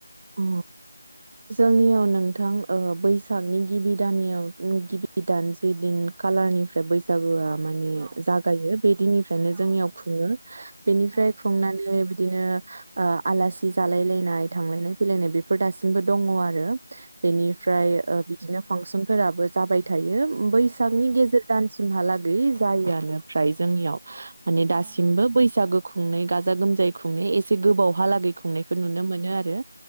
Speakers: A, on the right; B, on the right.
A: अ जोंनियाव नोंथां ओ बैसागनि गिबि दानयाव गिबि दान जि दिन खालारनिफ्राय बैसागोआ। माने
B: औ
A: जागायो बे दिननिफ्रायनो
B: औ
A: जोंनियाव खुङो बेनिफ्राय
B: औ
A: खुंनानै। बिदिनो ओ आलासि जालाय लायनाय थांलायनाय। फैलायनाय बेफोर दासिमबो दङ आरो। बेनिफ्राय ओ बिदिनो फांसन। फोराबो जाबाय थायो। बैसागनि
B: औ
A: गेजेर दानसिमहालागै जायोआनो फ्राय जोंनियाव माने
B: औ
A: दासिमबो बैसागो। खुंनाय गाजा गोमजायै खुंनायै एसे गोबाव। हालागै खुंनायखौ नुनो मोनो आरो।